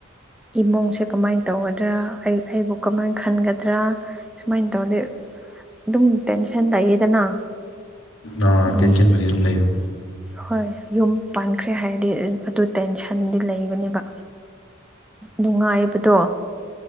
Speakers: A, in the centre; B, on the left.
A: ꯏꯃꯨꯡꯁꯦ ꯀꯃꯥꯏꯅ ꯇꯧꯒꯗ꯭ꯔꯥ ꯑꯩꯕꯨ ꯀꯃꯥꯏꯅ ꯈꯟꯒꯗ꯭ꯔꯥ ꯁꯨꯃꯥꯏꯅ ꯇꯧꯗꯤ ꯑꯗꯨꯝ ꯇꯦꯟꯁꯟ ꯂꯩꯌꯦꯗꯅ
B: ꯑ
A: ꯎꯝ
B: ꯇꯦꯟꯁꯟꯕꯨꯗꯤ ꯑꯗꯨꯝ ꯂꯩꯕ
A: ꯍꯣꯏ ꯌꯨꯝ ꯄꯥꯟꯈ꯭ꯔꯦ ꯍꯥꯏꯔꯗꯤ ꯑꯗꯨ ꯇꯦꯟꯁꯟꯗꯤ ꯂꯩꯕꯅꯦꯕ ꯅꯨꯡꯉꯥꯏꯕꯗꯣ